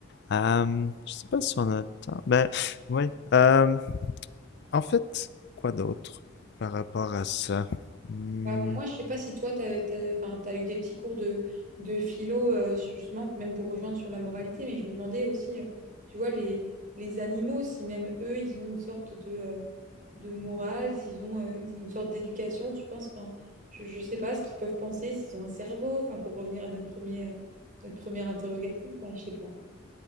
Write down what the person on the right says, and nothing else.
Bah, moi, je sais pas si toi, t'as, t'as, enfin, t'as eu des petits cours de, de philo, euh, justement, même pour rejoindre sur la moralité, mais je me demandais aussi, euh, tu vois, les, les animaux, si même eux, ils ont une sorte de, euh, de morale, s'ils ont euh, une sorte d'éducation, tu penses, enfin, je, je sais pas ce qu'ils peuvent penser, s'ils ont un cerveau, enfin, pour revenir à notre premier, euh, notre première interrogation, enfin, je sais pas.